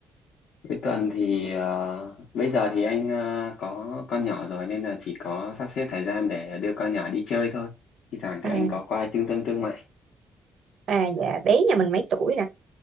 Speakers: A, on the left; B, on the right.
A: cuối tuần thì ờ, bây giờ thì anh ờ, có con nhỏ rồi nên là chỉ có sắp xếp thời gian để đưa con nhỏ đi chơi thôi. Thì thoảng
B: à,
A: thì anh có qua trung tâm thương mại.
B: à dạ bé nhà mình mấy tuổi